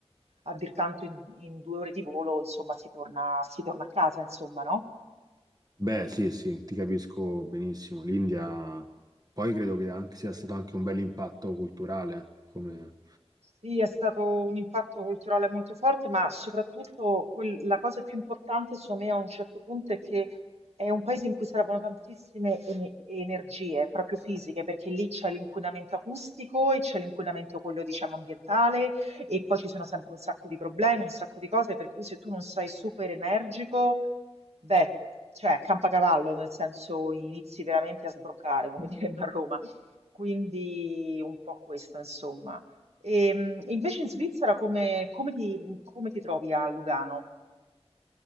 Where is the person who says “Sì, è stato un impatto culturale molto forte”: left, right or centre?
Right